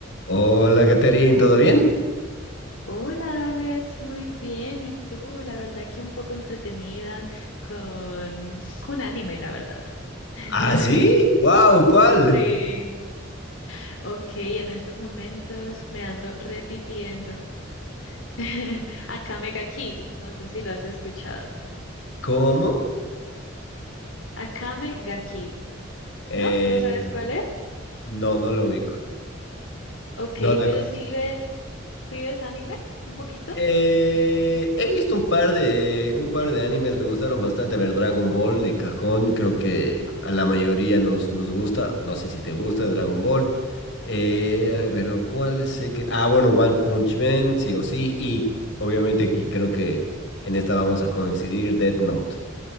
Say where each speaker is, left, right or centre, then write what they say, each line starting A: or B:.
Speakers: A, on the left; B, on the left.
A: Hola, Catherine, ¿todo bien?
B: Hola Alex, muy bien. ¿Y tú? La verdad que un poco entretenida con un anime, la verdad. <laughs>
A: ¿Ah, sí? ¡Wow! ¿Cuál?
B: Sí. Ok, en estos momentos me ando repitiendo. <laughs> Akame ga Kill, no sé si lo has escuchado.
A: ¿Cómo?
B: Akame ga Kill.
A: Eh,
B: ¿No? ¿No sabes cuál es?
A: no, no lo ubico.
B: Ok,
A: No la
B: pero
A: conozco.
B: sí ves, sí ves anime un poquito.
A: Eh, he visto un par de, un par de animes, me gustaron bastante. A ver, Dragon Ball de cajón, creo que a la mayoría nos, nos gusta. No sé si te gusta Dragon Ball. Eh, pero ¿cuál sé que...? Ah, bueno, One Punch Man, sí o sí. Y obviamente, y creo que en esta vamos a coincidir, Death Note.